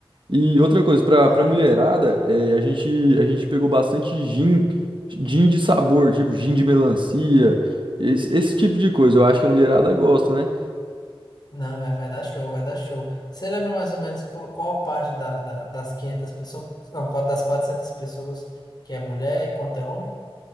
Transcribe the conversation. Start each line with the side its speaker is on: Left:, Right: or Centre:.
Right: E outra coisa, para
Left: Ah,
Right: para mulherada, é, a gente, a gente pegou bastante gin, gin de sabor, tipo gin de melancia, esse, esse tipo de coisa. Eu acho que a mulherada gosta, né?
Left: não, é, vai dar show, vai dar show. Você lembra mais ou menos qual, qual parte da, da- das 500 pessoas, não, qua- das 400 pessoas que é mulher e quanto é homem?